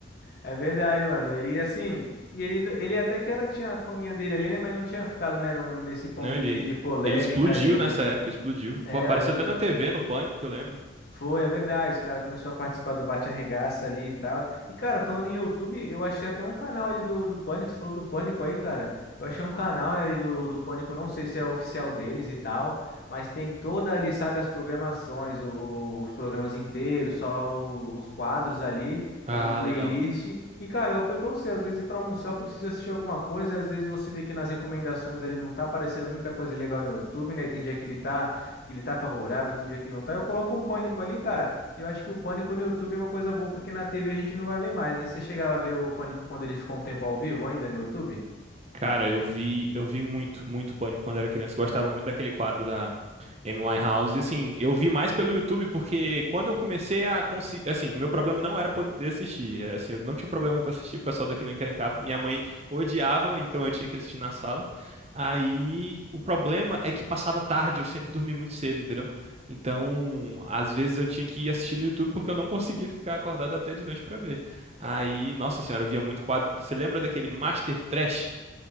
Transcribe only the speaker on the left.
É verdade, mano. E assim. E ele, ele até que era, tinha a faminha dele ali, né? Mas não tinha ficado, né, no- nesse ponto
de, de polêmica
ali, né?
É,
eu lembro.
Foi, é verdade. Os caras começaram a participar do Bate Arregaça ali e tal. E, cara, falando em YouTube, eu achei até um canal ali do, do Pânico. Você falou do Pânico aí, cara. Eu achei um canal, né, ali do, do Pânico. Não sei se é oficial deles e tal. Mas tem toda ali, sabe, as programações, o- os programas inteiros, só o- os quadros ali,
como playlist.
E, cara, eu falei pra você, às vezes pra almoçar eu preciso assistir alguma coisa. E às vezes você vê que nas recomendações ali não tá aparecendo muita coisa legal no YouTube, né? Tem dia que ele tá que ele tá favorável, tem dia que não tá. Eu coloco um pânico ali, cara. Eu acho que o pânico no YouTube é uma coisa boa, porque na TV a gente não vai ver mais, né? Você chegava a ver o pânico quando ele ficou um tempo ao vivo ainda no YouTube?